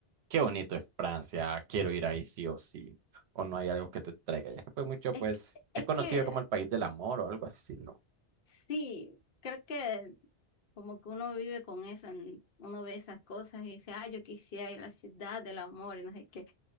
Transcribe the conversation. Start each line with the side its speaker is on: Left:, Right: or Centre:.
Right: qué bonito es Francia, quiero ir ahí sí o sí. O no hay algo que te traiga. Ya que pues mucho,
Left: que,
Right: pues,
Left: es
Right: es conocido
Left: que
Right: como el país del amor o algo así, ¿no?
Left: sí, creo que como que uno vive con eso, en- uno ve esas cosas y dice, ah, yo quisiera ir a la ciudad del amor y no sé qué.